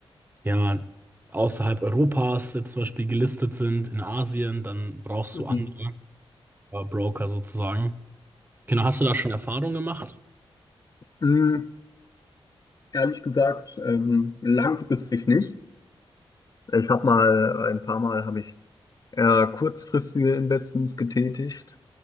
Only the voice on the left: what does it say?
Mhm.
Mhm. Ehrlich gesagt, ähm, langfristig nicht. Ich habe mal, ein paar Mal habe ich eher kurzfristige Investments getätigt,